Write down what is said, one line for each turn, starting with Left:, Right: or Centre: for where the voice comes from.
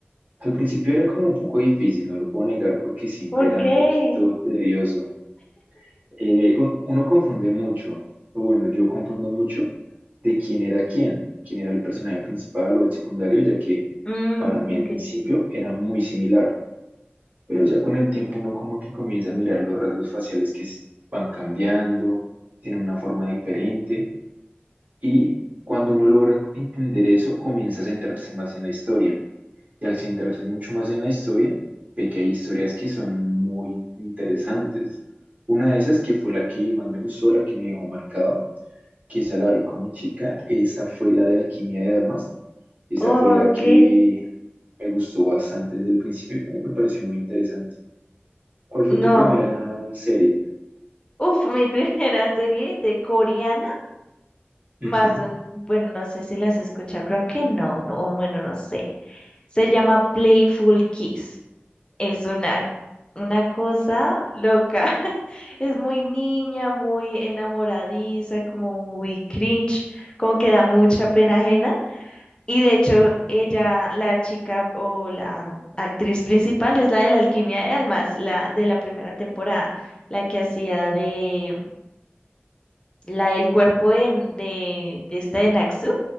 Right: Al principio era como un poco difícil, no lo puedo negar, porque siempre
Left: ¿por
Right: era
Left: qué?
Right: un poquito tedioso. Eh, un- uno confunde mucho, o bueno, yo confundo mucho de quién era quién, quién era el personaje principal o el secundario, ya que
Left: Mm,
Right: para mí
Left: ok.
Right: al principio era muy similar. Pero ya con el tiempo uno como que comienza a mirar los rasgos faciales que s- van cambiando, tienen una forma diferente. Y cuando uno logra entender eso, comienza a centrarse más en la historia. Y al centrarse mucho más en la historia, ve que hay historias que son muy interesantes. Una de esas, que fue la que más me gustó, la que me dejó marcado, que esa la vi con mi chica, esa fue la de Alquimia de Almas. Esa
Left: Ok,
Right: fue la que me gustó bastante desde el principio y me pareció muy interesante. ¿Cuál fue
Left: No,
Right: tu primera serie?
Left: uf, mi <laughs> primera serie de coreana,
Right: Ujú,
Left: más, un- bueno, no sé si las has escuchado, creo que no, no, bueno, no sé. Se llama Playful Kiss. Es una, una cosa loca. <laughs> Es muy niña, muy enamoradiza, como muy cringe, como que da mucha pena ajena. Y de hecho, ella, la chica o la mm, actriz principal es la de la Alquimia de Almas, la de la primera temporada, la que hacía de la del cuerpo de, de, de esta de Naxu, o